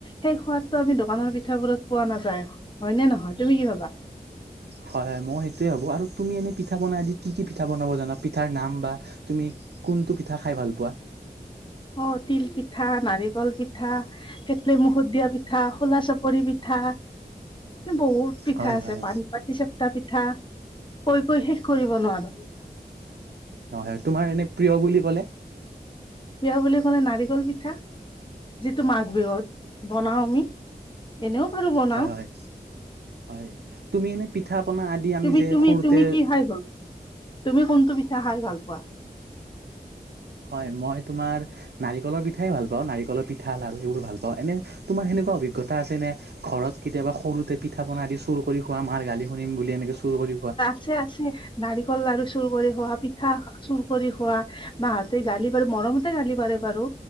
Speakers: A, on the left; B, on the right.
A: সেই সোৱাদটো আমি দোকানৰ পিঠাবোৰত পোৱা নাযায়, হয় নে নহয়, তুমি কি ভাবা?
B: হয়, হয় মইও সেইটোৱেই ভাবো আৰু তুমি এনে পিঠা-পনা দি কি, কি পিঠা বনাব জানা, পিঠাৰ নাম বা তুমি কোনটো পিঠা খাই ভাল পোৱা?
A: অ তিল পিঠা, নাৰিকল পিঠা। কেটলিৰ মুখত দিয়া পিঠা, খোলা চাপৰি পিঠা এ বহুত পিঠা
B: হয়
A: আছে,
B: হয়
A: পানপাতি চেপটা পিঠা, কৈ কৈ শেষ কৰিব নোৱাৰো।
B: নহয়, তোমাৰ এনে প্ৰিয় বুলি ক'লে?
A: প্ৰিয় বুলি ক'লে নাৰিকল পিঠা, যিটো মাঘ বিহুত বনাও আমি। এনেও বাৰু বনাওঁ।
B: হয় হয় হয়। তুমি এনে পিঠা পনা আদি আমি
A: তুমি
B: যে
A: তুমি
B: সৰুতে
A: তুমি কি খাই ভাল তুমি কোনটো পিঠা খাই ভাল পোৱা?
B: হয়, মই তোমাৰ নাৰিকলৰ পিঠাই ভাল পাওঁ, নাৰিকলৰ পিঠা লাৰু এইবোৰ ভাল পাওঁ। এনে তোমাৰ সেনেকুৱা অভিজ্ঞতা আছেনে? ঘৰত কেতিয়াবা সৰুতে পিঠা পনা আদি চুৰ কৰি খোৱা, মাৰ গালি শুনিম বুলি এনেকে চুৰ কৰি খোৱা?
A: আছে-আছে। নাৰিকল লাৰু চুৰ কৰি খোৱা, পিঠা চুৰ কৰি খোৱা, মাঁহতে গালি পাৰে, মৰমতে গালি পাৰে বাৰু।